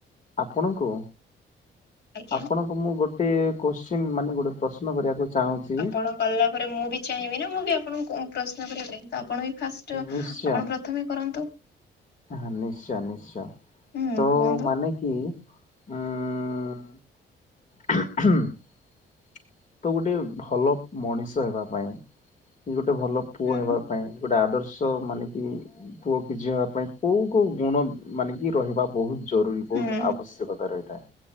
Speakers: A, on the left (about 40°); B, on the left (about 55°).
A: ଆପଣଙ୍କୁ?
B: ଆଜ୍ଞା
A: ଆପଣଙ୍କୁ ମୁଁ ଗୋଟେ କୋଶ୍ଚିନ୍ ମାନେ ଗୋଟେ ପ୍ରଶ୍ନ କରିବାକୁ। ଚାହୁଁଛି।
B: ଆପଣ କଲା ପରେ ମୁଁ ବି ଚାହିଁବି ନା ମୁଁ ବି ଆପଣଙ୍କୁ ପ୍ରଶ୍ନ କରିବା ପାଇଁ। ତ ଆ ଆପଣ ହିଁ ଫାଷ୍ଟ
A: ନିଶ୍ଚୟ
B: ଆପଣ ପ୍ରଥମେ କରନ୍ତୁ।
A: ହଁ ନିଶ୍ଚୟ ନିଶ୍ଚୟ
B: ହୁଁ
A: ତ
B: କୁହନ୍ତୁ
A: ମାନେ କି। ଉଁ। ତ ଗୋଟେ ଭଲ ମଣିଷ ହେବା ପାଇଁ କି ଗୋଟେ। ଗୋଟେ ଭଲ ପୁଅ
B: ହୁଁ
A: ହେବା ପାଇଁ ଗୋଟେ ଆଦର୍ଶ ମାନେ କି ପୁଅ କି ଝିଅ ହେବା ପାଇଁ। କୋଉ କୋଉ ଗୁଣ ମାନେ କି ରହିବା ବହୁତ ଜରୁରୀ ବହୁତ
B: ହୁଁ
A: ଆବଶ୍ୟକତା ରହିଥାଏ?